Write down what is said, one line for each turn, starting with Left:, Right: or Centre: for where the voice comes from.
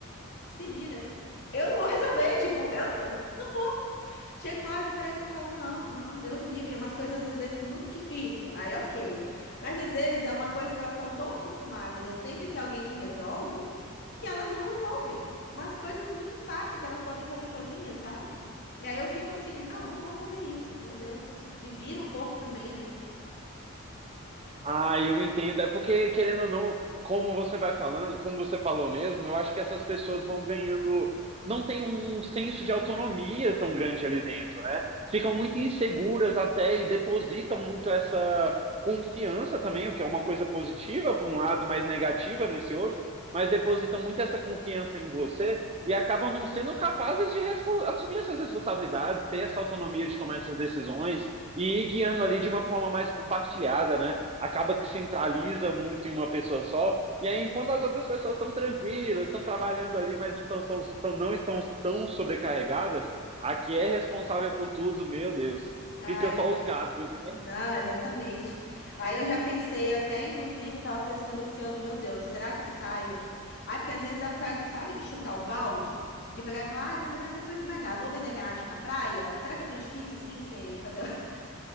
Left: se vira. Eu não vou <laughs> resolver, tipo, eu eu não Chega uma hora que parece que eu falo, não, não, Deus o livre, é umas coisas às vezes muito difícil. Aí, ok. Mas às vezes é uma coisa que elas estão tão acostumadas a sempre ter alguém que resolve, que elas não resolvem. Umas coisas muito fáceis que elas podem fazer sozinhas, sabe? E aí eu fico assim, não, eu não vou fazer isso. Meu Deus, se se vira um pouco também, né?
Right: Ah, eu entendo. É porque, querendo ou não, como você vai falando, como você falou mesmo, eu acho que essas pessoas vão ganhando. Não tem um senso de autonomia tão grande ali dentro, né? Ficam muito inseguras até e depositam muito essa confiança também, o que é uma coisa positiva por um lado, mas negativa nesse outro, mas depositam muito essa confiança em você e acabam não sendo capazes de respo- assumir essas responsabilidades, ter essa autonomia de tomar essas decisões e ir guiando ali de uma forma mais compartilhada, né? acaba que centraliza muito em uma pessoa só. E aí, enquanto as outras pessoas estão tranquilas, estão trabalhando ali, mas não, estão são, não estão tão sobrecarregadas, a que é responsável por tudo, meu Deus,
Left: Ah,
Right: fica
Left: é.
Right: só os cacos, né?
Left: Não, exatamente. Aí eu já pensei até, inclusive, eu tava pensando esse ano, meu Deus, será que eu saio? Ai, porque às vezes dá vontade, de, sabe, de chutar o balde, de pegar e falar, ai, quer saber, não quer saber de mais nada, vou vender minha arte na praia? Será que é tão difícil assim, você fazer, <laughs>